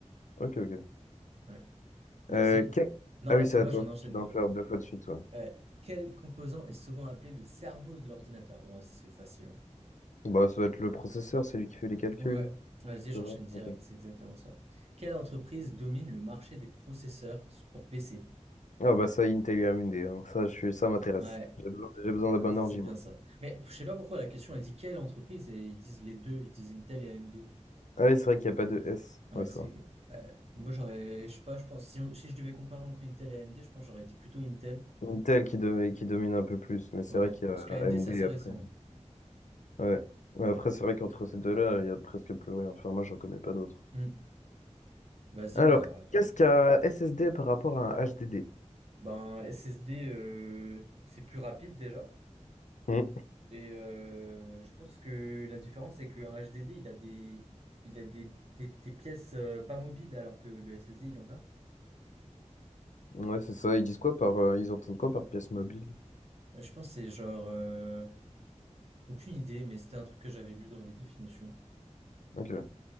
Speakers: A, on the left (about 80°); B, on the right (about 55°).
A: ok, ok.
B: Ouais. Vas-y.
A: Euh, que-
B: Non,
A: Ah
B: là,
A: oui,
B: c'est
A: c'est
B: moi,
A: à toi.
B: j'en enchaîne
A: Tu dois
B: deux
A: en
B: là.
A: faire deux fois de suite, ouais.
B: Euh, quel composant est souvent appelé le cerveau de l'ordinateur? Bon, c'est facile. hein.
A: Bah, ça doit être le processeur, c'est lui qui fait les calculs.
B: Ouais. Vas-y, j'enchaîne
A: C'est ça?
B: direct,
A: Ok.
B: c'est exactement ça. Quelle entreprise domine le marché des processeurs pour PC?
A: Ah bah ça, Intel et AMD, hein. Ça, je suis... ça m'intéresse.
B: Ouais,
A: J'ai besoin, j'ai besoin d'un
B: Ah,
A: bon
B: ça
A: ordi,
B: c'est bien
A: moi.
B: ça. Mais je sais pas pourquoi la question, elle dit quelle entreprise et ils disent les deux, ils disent Intel et AMD.
A: Ah oui, c'est vrai qu'il n'y a pas de S.
B: Ouais,
A: Ouais, c'est
B: c'est.
A: vrai.
B: ouais. Moi, j'aurais. Je sais pas, je pense. Si, on- si je devais comparer entre Intel et AMD, je pense que j'aurais dit plutôt Intel.
A: Intel qui, do- qui domine un peu plus, mais c'est
B: Ouais.
A: vrai qu'il y
B: Parce
A: a
B: que AMD,
A: AMD
B: c'est assez récent.
A: après. Ouais. Mais après, c'est vrai qu'entre ces deux-là, il y a presque plus rien. Enfin, moi, j'en connais pas d'autres.
B: hein. Hmm. Vas-y,
A: Alors,
B: bah, à toi.
A: qu'est-ce qu'un SSD par rapport à un HDD?
B: Ben, SSD, euh, c'est plus rapide déjà.
A: Hmm.
B: Et euh, je pense que la différence, c'est qu'un HDD, il a des, il a des, des, des pièces euh, pas mobiles, alors que le SSD, il en a.
A: Ouais, c'est ça. Ils disent quoi par, euh, ils entendent quoi par pièce mobile?
B: Euh, Je pense que c'est genre... euh, aucune idée, mais c'était un truc que j'avais lu dans les définitions
A: Ok.